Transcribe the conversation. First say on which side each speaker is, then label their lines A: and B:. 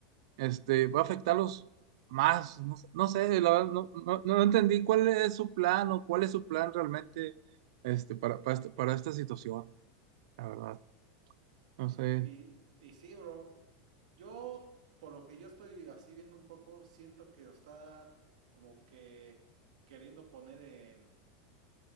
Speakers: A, on the right; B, on the right.
A: este, va a afectarlos más. No, sé, no sé, la verdad, no, no, no entendí cuál es su plan o cuál es su plan realmente este, para, para, esta- para esta situación, la verdad. No sé
B: Y, y sí, bro, yo, por lo que yo estoy así viendo un poco, siento que lo está como que queriendo poner en